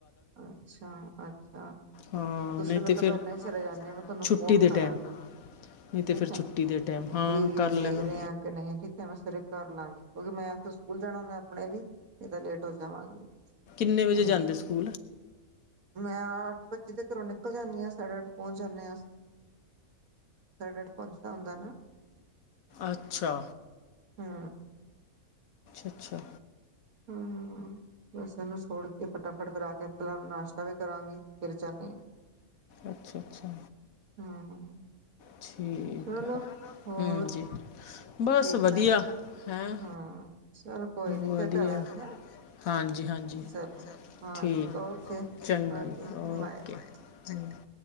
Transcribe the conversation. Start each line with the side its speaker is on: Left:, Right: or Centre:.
Right: ਅੱਛਾ-ਅੱਛਾ।
Left: ਹਾਂ
Right: ਤੂਸੀ
Left: ਨਹੀਂ
Right: ਮੇਤੋਂ
Left: ਤੇ ਫਿਰ
Right: ਪੈਲਾਂ ਈ ਚਲੇ ਜਾਂਦੇ ਓ, ਮੈਂ ਤੂਆਨੂੰ
Left: ਛੁੱਟੀ
Right: ਫੋਨ
Left: ਦੇ
Right: ਕਰਾਂਗੀ।
Left: ਟਾਈਮ
Right: ਠੀਕ
Left: ਨਹੀਂ ਤੇ ਫਿਰ
Right: ਐ,
Left: ਛੁੱਟੀ ਦੇ ਟਾਈਮ ਹਾਂ
Right: ਬੀ
Left: ਕਰ ਲੈਣਾ
Right: ਦੇ ਰੇ ਆਂ ਕ ਨਹੀਂ ਠੀਕ ਐ, ਮੈਂ ਸਵੇਰੇ ਕਾਰ ਲਾਂਗੀ ਕਿਉਂਕਿ ਮੈਂ ਫਿਰ ਸਕੂਲ ਜਾਣਾ ਹੁੰਦੈ ਅਪਣੇ ਵੀ ਨੀ ਤਾ ਲੇਟ ਹੋ ਜਾਵਾਂਗੀ।
Left: ਕਿੰਨ ਵਜੇ
Right: ਹੂੰ
Left: ਜਾਂਦੇ ਓ ਸੂਕੂਲ?
Right: ਮੈਂ ਆੱਠ ਪੱਚੀ ਦੇ ਘਰੋਂ ਨਿਕਲ ਜਾਂਨੀ ਆਂ, ਸਾਡੇ ਆੱਠ ਪੋਂਚ ਜਾਂਨੇ ਆਂ ਅਸੀ ਸਾਡੇ ਆੱਠ ਪੋਂਚਦਾ ਹੁੰਦੈ ਨਾ।
Left: ਅੱਛਾ।
Right: ਹੂੰ।
Left: ਅੱਛਾ।
Right: ਹੂੰ, ਬੱਸ ਏਨੂੰ ਛੋੜ ਕੇ, ਫਟਾਫਟ ਫੇਰ ਆਕੇ ਅਪਲਾਂ ਨਾਸ਼ਤਾ ਵੀ ਕਰਾਂਗੀ, ਫਿਰ ਜਾਨੀ ਆ।
Left: ਅੱਛ-ਅੱਛਾ।
Right: ਹੂੰ।
Left: ਠੀਕ
Right: ਚਲੋ
Left: ਹੈ,
Right: ਹੋਰ
Left: ਹੂੰ ਜੀ, ਬਾੱਸ
Right: ਠੀਕ
Left: ਵਦੀਆ।
Right: ਠਾਕ
Left: ਹੈਂ,
Right: ਹਾਂ ਚਲੋ ਕੋਈ ਨੀ
Left: ਵਦੀਐ,
Right: ਫਿਰ ਕਰਾਂਗੀ ਹੈਂ
Left: ਹਾਂਜੀ-ਹਾਂ ਜੀ
Right: ਚਲੋ ਹਾਂਜੀ
Left: ਠੀਕ,
Right: ਓਕੇ
Left: ਚੰਗਾ
Right: ਓਕੇ
Left: ਜੀ, ਓਕੇ,
Right: ਬਾਏ ਬਾਏ
Left: ਚੰਗਾ।